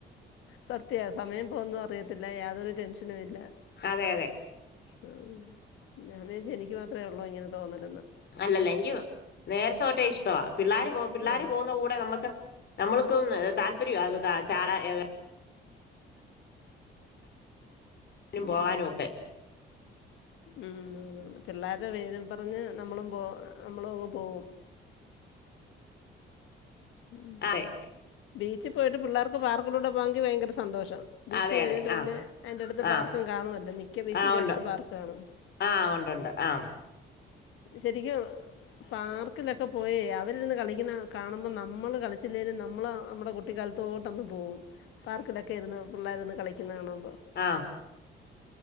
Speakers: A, on the left; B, on the left.
A: സത്യയാ സമയം പോവുന്ന അറിയത്തില്ല യാതൊരു ടെൻഷനും ഇല്ല
B: അതെ അതെ
A: ആ ഞാൻ വിചാരിച്ച് എനിക്ക് മാത്രമേ ഉള്ളൂ ഇങ്ങനെ തോന്നൽ
B: അല്ലല്ല എനിക്ക് നേരത്തെ തൊട്ടേ ഇഷ്ടവാ പിള്ളേര് പോ പിള്ളേര്
A: ആഹ്
B: പോകുന്ന കൂടെ നമ്മുക്ക് നമ്മൾക്കും താല്‌പര്യം അ ചാള <inaudible> നും
A: ഉം
B: പോകാനുമൊക്കെ
A: ഉം പിള്ളേരുടെ പേരും പറഞ്ഞ് നമ്മളും പോ നമ്മളും അങ്ങ് പോവും ഉ
B: അതെ
A: ബീച്ച് പോയിട്ട് പിള്ളേർക്ക് പാർക്കിലൂടെ പോയങ്കി ഭയങ്കര ഇ സന്തോഷം ബീച്ച്
B: അതെ
A: കഴിഞ്ഞിട്ട്
B: അതെ
A: പിന്നെ
B: ആഹ്
A: അയിന്റെ അടുത്ത് പാർക്കും
B: ആഹ്
A: കാണു അല്ലോ മിക്ക ബീച്ചിന്റെ
B: ആഹ് ഉണ്ട്
A: അടുത്ത് പാർക്ക് കാണും
B: ആഹ് ഉണ്ടുണ്ട് ആഹ്
A: ശരിക്കും പാർക്കിലൊക്കെ പോയേ അവരിന്ന് കളിക്കുന്ന കാണുമ്പോൾ നമ്മൾ കളിച്ചില്ലേലും നമ്മൾ നമ്മുടെ കുട്ടിക്കാലത്തോട്ടൊന്ന് പോവും പാർക്കിലൊക്കെ ഇരുന്നു പിള്ളേർരുന്നു കളിക്ക ക <inaudible>
B: ആഹ